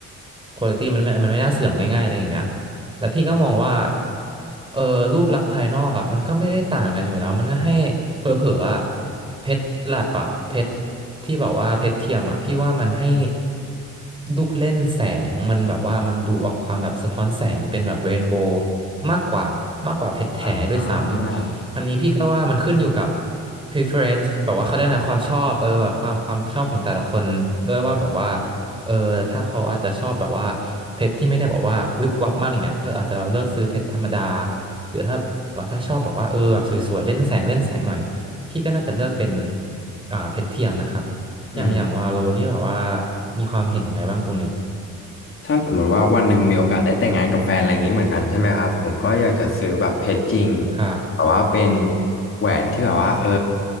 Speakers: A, on the right; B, on the left.
A: คุณภาพมันไม่มันไม่น่าเสื่อมง่ายๆอะไรอย่างเงี้ยแล้วพี่ก็มองว่าเออรูปลักษณ์ภายนอกอ่ะมันก็ไม่ได้ต่างกันอยู่แล้วมันก็ให้ เผลอๆอ่ะเพชรแลบอ่ะเพชรที่แบบว่าเพชรเทียมอ่ะพี่ว่ามันให้ลูกเล่นแสงมันแบบว่ามันดูออกความแบบสะท้อนแสงเป็นแบบเรนโบว์มากกว่ามากกว่าเพชรแท้ด้วยซ้ำอันนี้พี่ก็ว่ามันขึ้นอยู่กับ
B: อ่า
A: preference แบบว่าเขาเรียกนะความชอบเออแบบความความชอบของแต่ละคนด้วยว่าแบบว่าเออถ้าเขาอาจจะชอบแบบว่าเพชรที่ไม่ได้บอกว่าวิบวับมากอะไรเงี้ยก็อาจจะเลือกซื้อเพชรธรรมดาหรือถ้าแบบว่าถ้าชอบแบบว่าเออแบบสวยๆเล่นแสงเล่นแสงหน่อย พี่ก็น่าจะเลือกเป็นอ่าเพชรเทียมนะครับ
B: อืม
A: อย่างอย่างวาโลนี่แบบว่ามีความเห็นยังไงบ้างตรงนี้
B: ถ้าสมมุติว่าวันหนึ่งมีโอกาสได้แต่งงานกับแฟนอะไรอย่างนี้เหมือนกันใช่ไหมครับผมก็อยากจะซื้อแบบเพชรจริง
A: ครับ
B: แบบว่าเป็นแหวนที่แบบว่าเออ